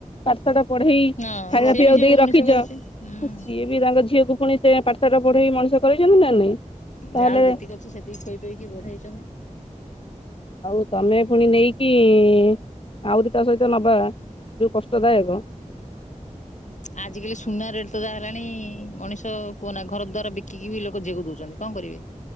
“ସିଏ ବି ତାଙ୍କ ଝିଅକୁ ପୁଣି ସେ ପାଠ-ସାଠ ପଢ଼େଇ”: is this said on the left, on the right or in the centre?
Left